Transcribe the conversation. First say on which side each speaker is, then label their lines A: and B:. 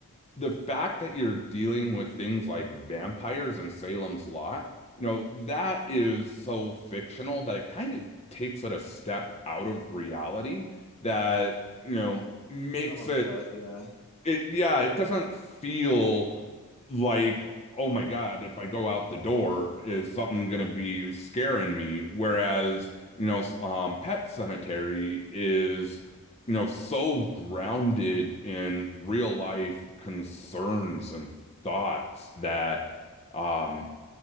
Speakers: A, on the left (about 30°); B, on the left (about 80°).
A: the fact that you're dealing with things like vampires and Salem's Lot, you know, that is so fictional that it kind of takes it a step out of reality that, you know, makes
B: It almost
A: it
B: does, yeah.
A: it yeah, it doesn't feel like oh my God, if I go out the door, is something gonna be scaring me? Whereas, you know, s- um, Pet Cemetery is, you know, so grounded in real life concerns and thoughts that, um,